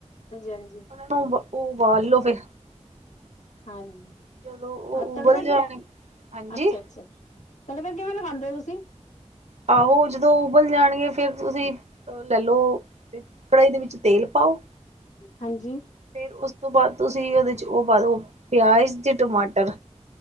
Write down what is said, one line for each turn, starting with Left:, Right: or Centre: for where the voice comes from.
Left: ਹਾਂਜੀ
Right: ਤੁਬ ਉਬਾਲ ਲੋੋ ਫੇਰ
Left: ਹਾਂਜੀ
Right: ਜਦੋਂ ਉਹ
Left: ਹਾਂ ਤੜਗੇ
Right: ਉਬਲ ਜਾਣ ਹਾਂਜੀ
Left: ਅੱਛਾ-ਅੱਛਾ। ਪੈਲੇ ਫਿਰ ਕਿਵੇਂ ਲਗਾਂਦੇ ਓ ਤੁਸੀਂ?
Right: ਆਹੋ ਜਦੋਂ ਉਬਲ ਜਾਣਗੇ ਫੇਰ ਤੁਸੀਂ ਲੈਲੋ ਕੜਾਈ ਦੇ ਵਿੱਚ ਤੇਲ ਪਾਓ
Left: ਵੇਟ ਹਾਂਜੀ
Right: ਫੇਰ ਉਸ ਤੋਂ ਬਾਅਦ ਤੁਸੀਂ ਓਦੇ ਚ ਓ ਪਾਦੋ ਪਿਯਾਜ਼ ਤੇ ਟਮਾਟਰ।